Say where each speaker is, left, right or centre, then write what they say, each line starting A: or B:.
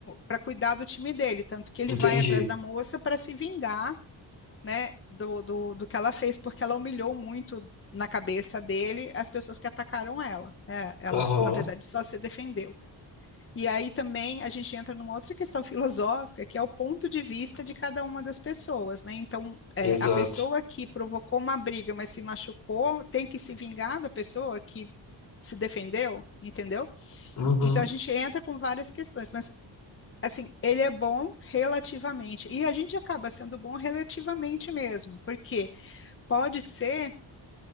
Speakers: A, on the left; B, on the left.
A: para cuidar do time dele, tanto que ele
B: Entendi.
A: vai atrás da moça para se vingar né, do, do, do que ela fez, porque ela humilhou muito na cabeça dele as pessoas que atacaram ela. né? Ela,
B: Aham,
A: na verdade, só se defendeu. E aí também a gente entra numa outra questão <laughs> filosófica, que é o ponto de vista de cada uma das pessoas, né? Então, é,
B: exato.
A: a pessoa que provocou uma briga, mas se machucou, tem que se vingar da pessoa que se defendeu, entendeu?
B: Uhum,
A: Então a gente entra com várias questões, mas assim, ele é bom relativamente, e a gente acaba sendo bom relativamente mesmo, porque Pode ser